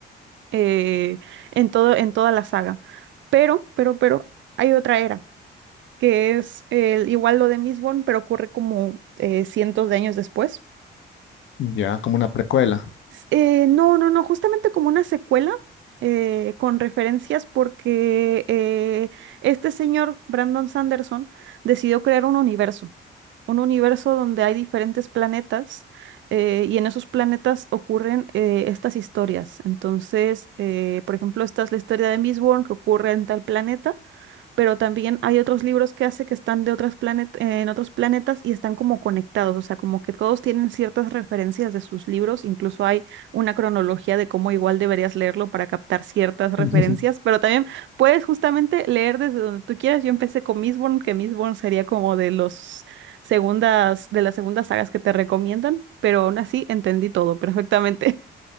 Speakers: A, on the right; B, on the left.
A: eh, en todo, en toda la saga. Pero, pero, pero hay otra era que es eh, igual lo de Mistborn, pero ocurre como eh, cientos de años después.
B: Ya, como una precuela.
A: Eh, no, no, no, justamente como una secuela eh, con referencias porque eh, este señor, Brandon Sanderson, decidió crear un universo, un universo donde hay diferentes planetas eh, y en esos planetas ocurren eh, estas historias. Entonces, eh, por ejemplo, esta es la historia de Mistborn que ocurre en tal planeta pero también hay otros libros que hace que están de otras planet en otros planetas y están como conectados, o sea, como que todos tienen ciertas referencias de sus libros, incluso hay una cronología de cómo igual deberías leerlo para captar ciertas referencias,
B: <laughs>
A: pero también puedes justamente leer desde donde tú quieras. Yo empecé con Mistborn, que Mistborn sería como de los segundas, de las segundas sagas que te recomiendan, pero aún así entendí todo perfectamente.